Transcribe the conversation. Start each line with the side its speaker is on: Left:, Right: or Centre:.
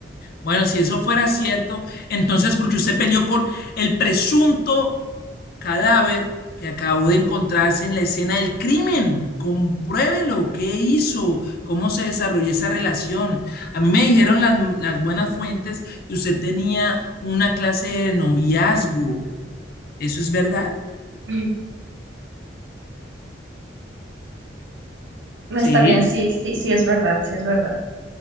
Left: Bueno, si eso fuera cierto, entonces porque usted peleó con el presunto cadáver que acabó de encontrarse en la escena del crimen. Compruébelo, ¿qué hizo? ¿Cómo se desarrolló esa relación? A mí me dijeron las, las buenas fuentes que usted tenía una clase de noviazgo. ¿Eso es verdad?
Right: Mm. No
Left: Sí,
Right: Está bien, sí, sí, sí, es verdad, sí, es verdad.